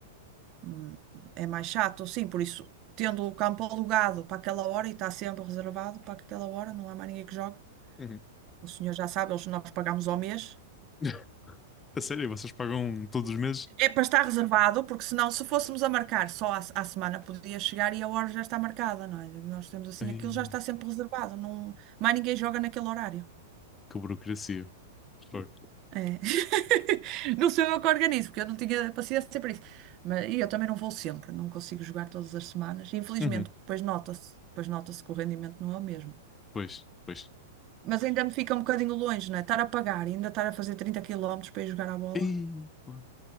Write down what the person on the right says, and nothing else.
Hum, É mais chato, sim, por isso, tendo o campo alugado para aquela hora e está sempre reservado para aquela hora, não há mais ninguém que jogue.
O senhor já sabe, eles, nós pagamos ao mês.
É para estar reservado, porque senão, se fôssemos a marcar só à, à semana, podia chegar e a hora já está marcada, não é? Nós temos assim,
aquilo já está sempre reservado, não, mais ninguém joga naquele horário.
É. <laughs> Não sou eu que organizo, porque eu não tinha paciência para isso. Mas, e eu também não vou sempre, não consigo jogar todas as semanas. Infelizmente,
depois nota-se, depois nota-se que o rendimento não é o mesmo.
Mas ainda me fica um bocadinho longe, não é? Estar a pagar e ainda estar a fazer 30 quilómetros para ir jogar à bola.